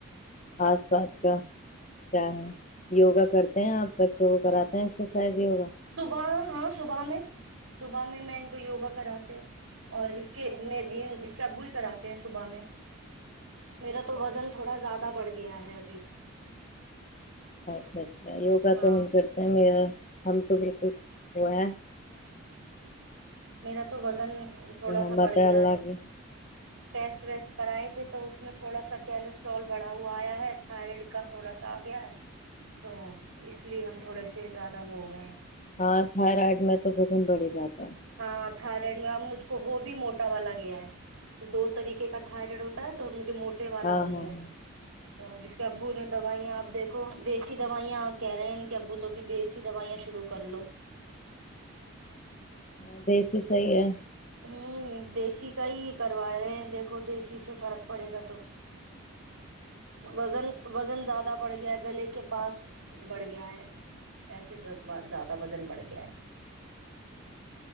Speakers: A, on the left; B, on the right.
A: آس پاس کا کیا ہے یوگا کرتے ہیں آپ بچوں کو کراتے ہیں ایکسرسائز
B: صبح
A: یوگا
B: ہاں صبح میں صبح میں میں ان کو یوگا کراتے اور اس کے م اس کے ابو ہی کراتے ہیں صبح میں میرا تو وزن تھوڑا زیادہ بڑھ گیا ہے ابھی
A: اچھا اچھا یوگا
B: ہاں
A: تو ہم کرتے ہیں میرا ہم تو بالکل وہ ہے
B: میرا تو وزن تھوڑا
A: رحمت
B: سا بڑھ گیا
A: اللہ
B: ہے
A: کی
B: ٹیسٹ ویسٹ کرائے تھے تو اس میں تھوڑا سا کیلسٹرول بڑھا ہوا آیا ہے تھائرائڈ کا تھوڑا سا آ گیا ہے تو اس لیے ہم تھوڑا س ا سے زیادہ وہ ہو گئے ہیں
A: ہاں تھرڈ میں تو وزن بڑھ ہی جاتا ہے
B: ہاں تھائیلینڈ میں ا مجھ کو وہ بھی موٹا والا گیا ہے دو طریقے کاائرائڈ
A: اچھا
B: ہوتا
A: اچھا
B: ہے تو مجھے موٹے والا
A: ہاں
B: ہو
A: ہاں
B: گیا ہے
A: ہاں
B: تو اب اس کے ابو نے دوائیاں آپ دیکھو دیسی دوائیاں کہہ رہے ہیں ابوتوں کی دیسی دوائیاں شروع کر لو
A: ہاں دیسی صحیح ہے
B: ہ دیسی کا ہی کروا رہے ہیں دیکھو دیسی سے فرق پڑے گا تو وزن وزن زیادہ بڑھ گیا ہے گلے کے پاس بڑھ گیا ہے ایسے زیادہ وزن بڑھ گیا ہے